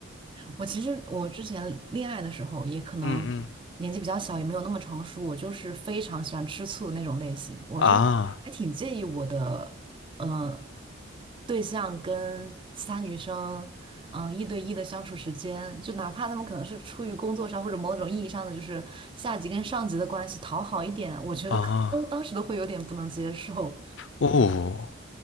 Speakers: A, on the right; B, on the left.
A: 我其实我之前恋爱的时候，也可能
B: 嗯嗯
A: 年纪比较小，也没有那么成熟。我就是非常喜欢吃醋的那种类型，我就是还挺介意我的呃
B: 啊
A: 对象跟其他女生嗯、呃一对一的相处时间，就哪怕他们可能是出于工作上或者某种意义上的就是下级跟上级的关系讨好一点，我觉得可都当时都会有点不能接受。
B: 啊哦，